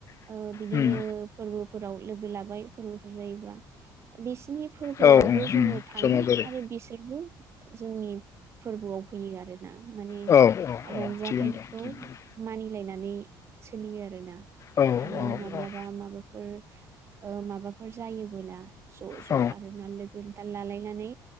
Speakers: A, on the right (about 35°); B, on the left (about 40°).
A: ओ बिदिनो
B: उम
A: फोरबोफोराव लोगो लाबाय फोरबोफोर जायोबा बेसे नि फोरबोआवबो
B: औ उम उम
A: जोङो थाङो
B: जमा जायो
A: आरो बिसोरबो जोंनि फोरबोआव फैयो आरोना मो
B: औ
A: रंजाथाइखौ
B: औ थिगैनो दं थिगैनो दं
A: मानिलायना नै सोलियो आरोना
B: औ
A: आरो
B: औ
A: माब्लाबा माबाफोर ओ माबाफोर जायोबोला ज'-ज'
B: औ
A: आरो ना लोगो दाल लालायनानै